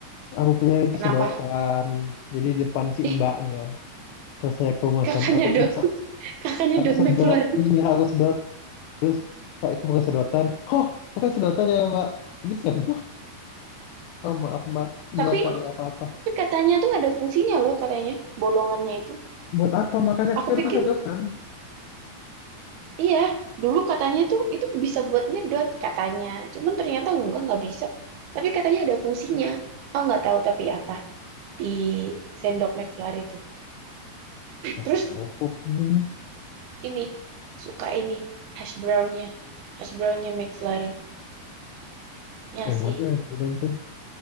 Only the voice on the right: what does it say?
Kenapa?
deh
kakaknya
dot
kakaknya
dot
McFlurry
<laughs>
tapi,
tapi katanya tuh ada fungsinya loh katanya bolongannya itu
aku
pikir
iya dulu katanya tuh itu bisa buat nyedot katanya cuman ternyata enggak nggak bisa tapi katanya ada fungsinya oh nggak tahu tapi apa di sendok McFlurry itu
terus
ini suka ini hash brownnya hash brownnya McFlurry ya
sih